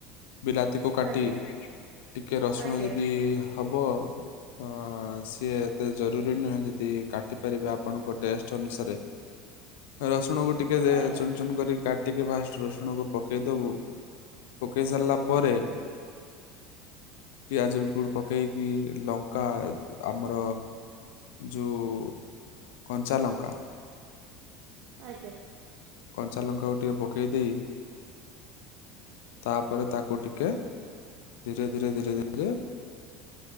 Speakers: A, on the left (about 65°); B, on the right (about 55°).
A: ବିଲାତି କୁ କାଟି
B: ଆଜ୍ଞା
A: ଟିକେ ରସୁଣ
B: ଆଜ୍ଞା
A: ଯଦି ହବ ତ ସିଏ ଏତେ ଜରୁରୀ ନୁହେଁ ଯ ଦି କାଟି ପାରିବେ ଆପଣଙ୍କ ଟେଷ୍ଟ ଅନୁସାରେ ରସୁଣ ଟିକେ
B: ଆଜ୍ଞା
A: ଚୁନ ଚୁନ କରି କା ଟିକେ ଫାଷ୍ଟ ରସୁଣକୁ ପକେଇଦବୁ ପକେଇ ସାରିଲା ପରେ ପିଆଜକୁ ପକେଇକି ଲଙ୍କା ଆମର ଯୋଉ କଞ୍ଚା ଲଙ୍କା।
B: ଆଜ୍ଞା।
A: କଞ୍ଚା ଲଙ୍କାକୁ ଟିକେ ପକେଇ ଦେଇ ତାପରେ ତାକୁ ଟିକେ ଧୀରେ ଧୀରେ ଧୀରେ ଧୀରେ